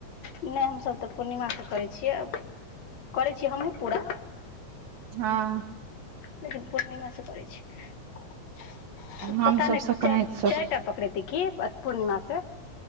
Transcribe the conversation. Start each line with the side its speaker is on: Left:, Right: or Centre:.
Left: नइ हम सब तऽ पूरनिमा स करै छियै। करै छीयै हमहुँ पूरा
Right: हँ-
Left: लेकिन पूर्णिमे से करै छीयै।
Right: हमसभ
Left: पता नइ
Right: संक्रान्ति
Left: चाइ-चाइटा
Right: सब
Left: पकड़ेतै की पूर्णिमा स?